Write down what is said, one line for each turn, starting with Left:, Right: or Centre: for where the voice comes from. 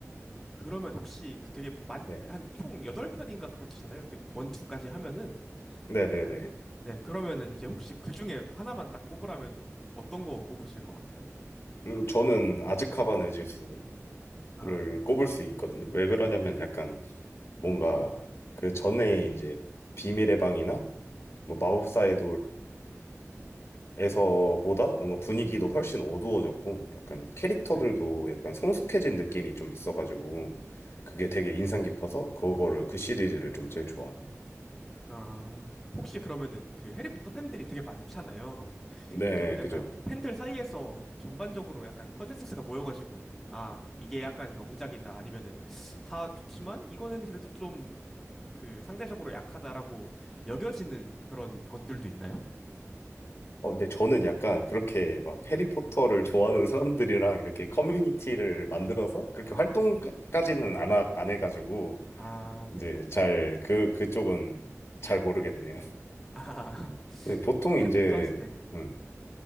Centre: 그러면 혹시 그 되게 만,
Left: 네.
Centre: 한 총 8편인가 그렇잖아요. 그 원투까지 하면은
Left: 네네네.
Centre: 맞나? 네. 그러면은 이제 혹시 그 중에 하나만 딱 꼽으라면은 어떤 거 꼽으실 것 같아요?
Left: 음, 저는 아즈카반의 죄수
Centre: 아,
Left: 를 꼽을 수 있거든요. 왜 그러냐면 약간 뭔가 그 전에 이제 비밀의 방이나 뭐 마법사의 돌에서보다 뭔가 분위기도 훨씬 어두워졌고 약간 캐릭터들도
Centre: 네.
Left: 약간 성숙해진 느낌이 좀 있어가지고 그게 되게 인상 깊어서 그거를 그 시리즈를 좀 제일 좋아합니다.
Centre: 아, 혹시 그러면은 그 해리포터 팬들이 되게 많잖아요.
Left: 네,
Centre: 그러면 약간
Left: 그죠.
Centre: 그 팬들 사이에서 전반적으로 약간 컨센서스가 모여가지고, 아, 이게 약간 명작이다. 아니면은 다 좋지만 이거는 그래도 좀 그 상대적으로 약하다라고 여겨지는 그런 것들도 있나요?
Left: 어, 근데 저는 약간 그렇게 막 해리포터를 좋아하는 사람들이랑 이렇게 커뮤니티를 만들어서 그렇게 활동까지는 안, 하- 안 해가지고
Centre: 아,
Left: 이제
Centre: 네.
Left: 잘, 그, 그쪽은 잘 모르겠네요.
Centre: 아, <laughs>
Left: 네, 보통
Centre: 해리포터
Left: 이제,
Centre: 하시, 네.
Left: 음,